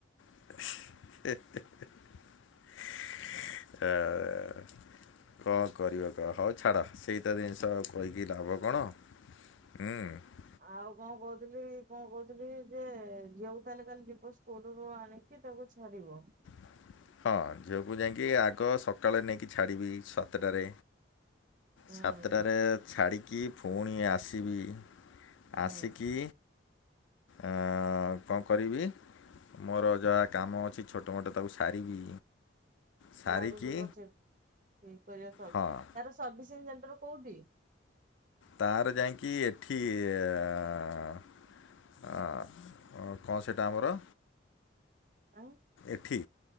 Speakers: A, on the left; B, on the right.
A: ହେ-ହେ-ହେ-ହେ-ଆ କଣ କରିବା କହ ହଉ ଛାଡ଼। ସେଇ ତ ଜିନିଷ ଆଉ କହିକି ଲାଭ କଣ? ହୁଁ।
B: ଆଉ କଣ କହୁଥିଲି କଣ କହୁଥିଲି ଯେ ଝିଅକୁ ତାହେଲେ କାଲି ଯିବ ସ୍କୁଲ୍ ରୁ ଆଣି କି ତାକୁ ଛାଡି଼ବ।
A: <inaudible> ହଁ, ଝିଅକୁ ଯାଇକି ଆଗ ସକାଳେ ନେଇକି ଛାଡ଼ିବି ସାତଟାରେ।
B: ହୁଁ।
A: ସାତଟାରେ ଛାଡ଼ିକି ପୁଣି ଆସିବି।
B: ହୁଁ
A: ଆସିକି ଆଁ କଣ କରିବି? ମୋର ଯାହା କାମ ଅଛି ଛୋଟ ମୋଟ ତାକୁ ସାରିବି। ସାରିକି
B: ଗାଡ଼ି ଯିବ <unintelligible> ଏହାର
A: ହଁ
B: ସର୍ଭିସିଂ ସେଣ୍ଟର କୋଉଠି?
A: ତାର ଯାଇକି ଏଠି ଆ ଆ କଣ ସେଟା ଆମର
B: ଆଁ
A: ଏଠି